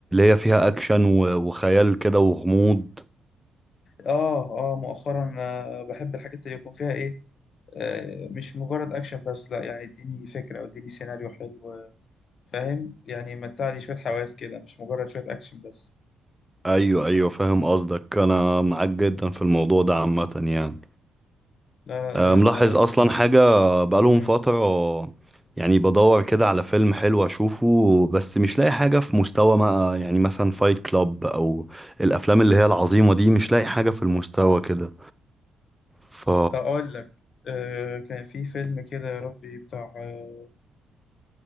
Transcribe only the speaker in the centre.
هي فيها اكشن و- وخيال كده وغموض
ايوه ايوه فاهم قصدك انا معاك جدا في الموضوع ده عامة يعني
آه، ملاحظ
اصلا حاجة بقالهم
فترة يعني بدور كده على فيلم حلو اشوفه بس مش لاقي حاجة في مستوى ما يعني مثلا فايت كلاب او الافلام اللي هي العظيمة دي مش لاقي حاجة في المستوى كده ف